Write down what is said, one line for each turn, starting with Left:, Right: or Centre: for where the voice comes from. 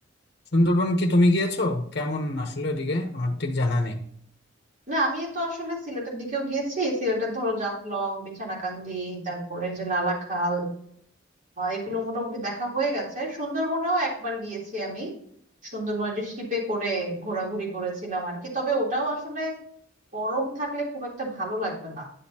Left: সুন্দরবন কি তুমি গিয়েছো কেমন আসলে ওদিকে আমার ঠিক জানা নেই
Right: না আমি তো আসলে সিলেটের দিকেও গিয়েছি সিলেটের ধরো জাফলং বিছানাকান্দি তারপরে যে লালাখাল আহ, এগুলো মোটামুটি দেখা হয়ে গেছে সুন্দরবনেও একবার গিয়েছি আমি সুন্দরবনে যে শিপে করে ঘোরাঘুরি করেছিলাম আর কি তবে ওটাও আসলে গরম থাকলে খুব একটা ভালো লাগবে না